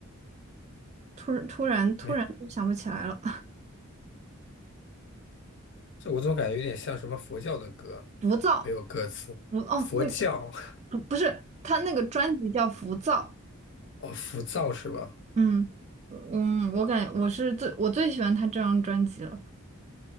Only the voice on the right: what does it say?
突然突然突然就想不起来了，
<laughs> 浮躁，
浮，哦，
那
不不是，他那个专辑叫《浮躁》，
嗯嗯，我感我是最我最喜欢他这张专辑了。